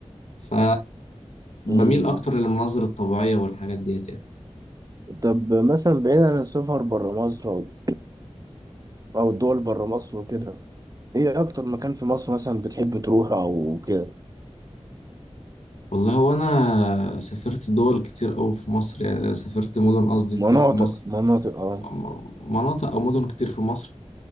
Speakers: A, on the left (about 70°); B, on the right (about 30°).
A: ف بميل
B: مم.
A: أكتر للمناظر الطبيعية والحاجات ديت يعني.
B: طب مثلا بعيد عن السفر برا مصر أو أو الدول برا مصر وكده إيه أكتر مكان في مصر مثلا بتحب تروحه أو كده
A: والله هو انا سافرت دول كتير قوي في مصر يعني سافرت مدن قصدي
B: مناطق
A: كتير في مصر
B: مناطق أه
A: م- م- مناطق او مدن كتير في مصر